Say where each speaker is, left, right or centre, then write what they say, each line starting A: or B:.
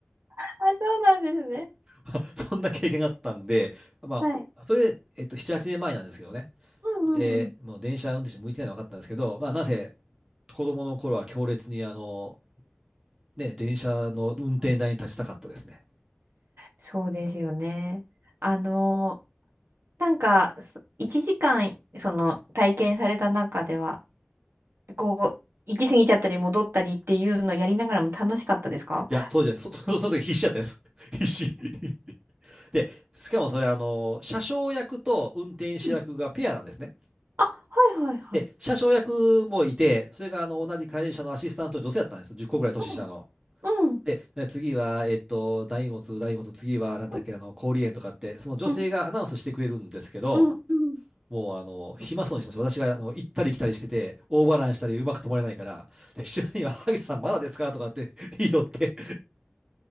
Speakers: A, on the right; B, on the right.
A: あ、そうなんですね。
B: <laughs> そんな経験があったんで、まあ、
A: はい。
B: それ、えっと、7、8年前なんですけどね。
A: うんうんうん。
B: で、もう電車運転手向いてないの分かったんですけど、まあ、なぜ子供の頃は強烈に、あの、ね、電車の運転台に立ちたかったですね。
A: そうですよね。あの、なんか、そ一時間、その、体験された中では、こう、行き過ぎちゃったり戻ったりっていうのをやりながらも楽しかったですか
B: いや、当時は、そ、<laughs> そその時必死だったです。<laughs> 必死。<laughs> で、しかもそれ、あの、車掌役と運転手役がペアなんですね。
A: うんあ、はいはいはい。
B: で、車掌役もいて、それが、あの、同じ会社のアシスタントの女性だったんです。10個ぐらい年下の。
A: うんうん。
B: で、ね次は、えっと、大物、大物、次は、なんだっけ、
A: うん
B: あの、氷園とかって、その女性がアナウンスしてくれるんですけど、
A: うんうんうん
B: もう、あの、暇そうにしてました。私が、あの、行ったり来たりしてて、オーバーランしたり、うまく止まれないから、で、一緒には、萩田さんまだですかとかって <laughs> 言いよって、